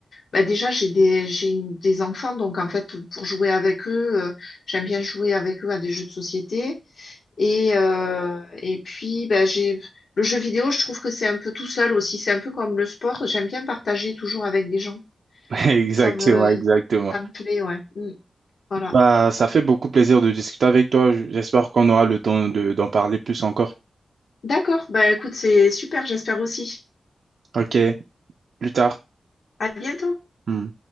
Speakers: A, on the left; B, on the right.
A: bah déjà j'ai des, j'ai une- des enfants, donc en fait pour jouer avec eux, euh, j'aime bien jouer avec eux à des jeux de société. Et, euh, et puis bah, j'ai le jeu vidéo, je trouve que c'est un peu tout seul aussi, c'est un peu comme le sport, j'aime bien partager toujours avec des gens.
B: <laughs> Exactement,
A: Ça me,
B: exactement.
A: ça me plaît, ouais. Mm. voilà.
B: Bah, ça fait beaucoup plaisir de discuter avec toi. J'espère qu'on aura le temps de, d'en parler plus encore.
A: D'accord, bah écoute, c'est super, j'espère aussi.
B: Ok, plus tard.
A: À bientôt.
B: Hmm.